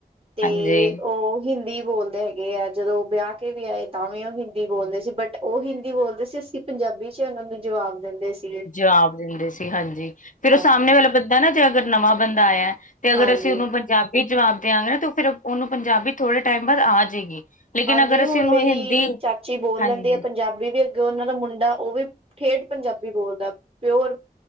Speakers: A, on the right; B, on the left.
A: ਤੇ
B: ਹਾਂਜੀ
A: ਉਹ ਹਿੰਦੀ ਬੋਲਦੇ ਹੈਗੇ। ਏਆ ਜਦੋਂ ਉਹ ਵਿਆਹ ਕੇ ਵੀ ਆਏ ਤਾਂ ਵੀ ਉਹ ਹਿੰਦੀ ਬੋਲਦੇ ਸੀ, ਬਟ ਉਹ ਹਿੰਦੀ ਬੋਲਦੇ ਸੀ ਅਸੀਂ ਪੰਜਾਬੀ ਚ ਉਹਨਾਂ ਨੂੰ ਜਵਾਬ ਦਿੰਦੇ ਸੀ।
B: ਜਵਾਬ ਦਿੰਦੇ ਸੀ, ਹਾਂਜੀ, ਫਿਰ
A: ਹਾਂ।
B: ਉਹ ਸਾਹਮਣੇ ਵਾਲਾ ਬੰਦਾ ਨਾ ਜੇ ਅਗਰ ਨਵਾਂ ਬੰਦਾ ਆਇਆ, ਤੇ ਅਗਰ
A: ਹਾਂਜੀ।
B: ਅਸੀਂ ਉਹਨੂੰ ਪੰਜਾਬੀ ਜਵਾਬ ਦਿਆਂਗੇ ਨਾ ਤਾਂ ਫਿਰ ਉਹਨੂੰ ਪੰਜਾਬੀ ਥੋੜੇ ਟਾਈਮ ਬਾਅਦ ਆ ਜਾਏਗੀ। ਲੇਕਿਨ
A: ਹਾਂਜੀ,
B: ਅਗਰ
A: ਹੁਣ
B: ਅਸੀਂ ਉਹਨੂੰ
A: ਮੇਰੀ
B: ਹਿੰਦੀ
A: ਚਾਚੀ ਬੋਲ
B: ਹਾਂਜੀ
A: ਲੈਂਦੀ ਆ ਪੰਜਾਬੀ ਵੀ ਅੱਗੇ ਉਹਨਾਂ ਦਾ ਮੁੰਡਾ ਉਹ ਵੀ ਠੇਠ ਪੰਜਾਬੀ ਬੋਲਦਾ, ਪਿਓਰ